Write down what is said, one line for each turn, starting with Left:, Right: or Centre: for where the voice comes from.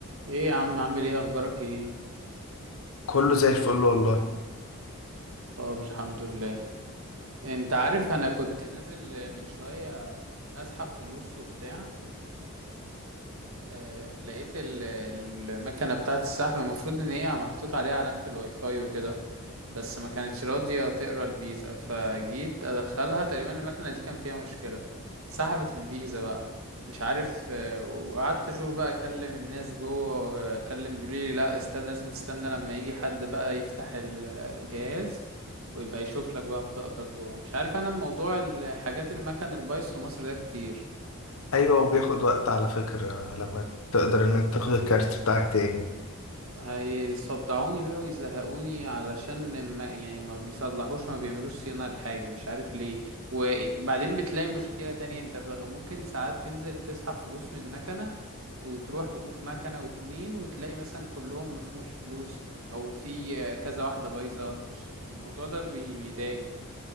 Right: ايه يا عم عامل ايه اخبارك ايه
Left: كله زي الفل والله
Right: طب الحمد لله انت عارف انا كنت نازل من شوية اسحب فلوس وبتاع آه، لقيت ال- المكنة بتاعة السحب المفروض ان هي محطوط عليها علامة الواي فاي وكده بس ما كانتش راضية تقرا الفيزا فجيت ادخلها تقريبا المكنة دي كان فيها مشكلة سحبت الفيزا بقى مش عارف آه، وقعدت اشوف بقى اكلم الناس جوه واكلم بيقولي لي لا استنى لازم تستنى لما يجي حد بقى يفتح الجهاز ويبقى يشوف لك بقى بطاقتك جوه مش عارف انا موضوع الحاجات المكن البايظ في مصر ده كتير
Left: ايوه وبياخد وقت على فكرة على ما تقدر انك تاخد الكارت بتاعك تاني
Right: هيصدعوني بقى ويزهقوني علشان ما يعني ما بيصلحوش ما بيعملوش صيانة لحاجة مش عارف ليه وبعدين بتلاقي مشكلة تانية انت بغ- ممكن ساعات تنزل تسحب فلوس من مكنة وتروح و- مكنة واتنين وتلاقي مثلا كلهم مفهومش فلوس او في آه، كذا واحدة بايظة مش الموضوع ده بي- بيضايق